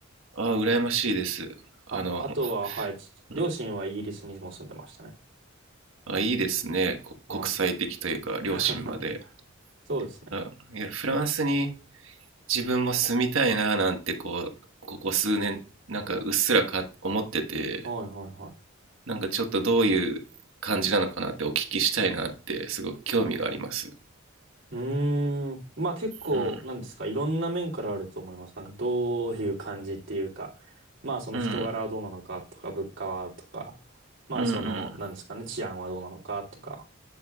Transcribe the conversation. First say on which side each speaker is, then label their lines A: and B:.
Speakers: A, on the right; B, on the right.
A: ああ、羨ましいです。あの、
B: あ、あとは、はい、ち両親はイギリスにも住んでましたね。
A: うんあ、いいですね。こ国際的というか、
B: はい。
A: 両親まで。
B: <laughs> そうですね。
A: あ、いや、フランスに自分も住みたいな、なんて、こう、ここ数年、なんかうっすらか思ってて、
B: はいはいはい。
A: なんかちょっとどういう感じなのかなってお聞きしたいなって、すごく興味があります。
B: うーん。まあ結構、
A: うん、
B: なんですか、いろんな面からあると思います。なんかどういう感じっていうか、まあその人柄はどうなのかとか、
A: うん、
B: 物価はとか、まあその、
A: うん、うん。
B: なんですかね、治安はどうなのかとか、